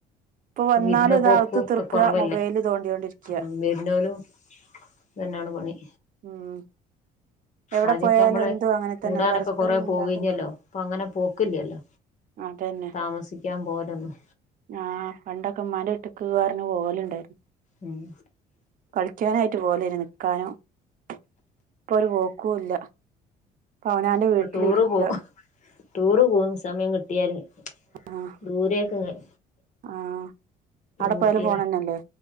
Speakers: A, on the right (about 55°); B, on the left (about 45°).
A: ഇപ്പൊ വന്നാലും
B: വിരുന്ന്
A: ഇത്
B: പോക്കും
A: അകത്ത്
B: ഒക്ക
A: തീർക്കുക
B: കൊറവല്ലേ
A: മൊബൈല് തോണ്ടിയോണ്ടിരിക്കുക
B: ഉം വിരുന്നോലും ഇതന്നാണ് പണി
A: ഉം എവിടെ
B: ആദ്യൊക്കെ
A: പോയാലും
B: നമ്മള്
A: എന്തും അങ്ങനെ തന്നെയല്ലേ
B: കൂടാനൊക്കെ
A: പരസ്പരം
B: കൊറേ
A: മിണ്ടാട്ടയില്ലല്ലോ
B: പോവീഞ്ഞല്ലോ ഇപ്പൊ അങ്ങനെ പോക്കില്ലല്ലോ
A: അതെന്നെ
B: താമസിക്കാൻ പോവലൊന്നും
A: ആഹ് പണ്ടൊക്ക ഉമ്മാന്റെ വീട്ടിക്ക് പറഞ് പോകലുണ്ടാര്ന്നു
B: ഉം
A: കളിക്കാനായിട്ട് പോലാര്ന്ന് ക്കാനും <unintelligible> <unintelligible> പ്പൊരു പോക് ക്കൂല്ല ആഹ് ഞാന്
B: ഇപ്പൊ
A: വീട്ട്ലിരിയ്ക്കാ
B: ടൂറ് പോവും ടൂറ് പോകും സമയം കിട്ട് ട്ടിയാല് <unintelligible>
A: ആഹ്
B: ദൂരേക്കെങ്ങാൻ
A: ആഹ് അവ്ടെ
B: ഊട്ടിയോ
A: പോയാലും പോണന്നല്ലേ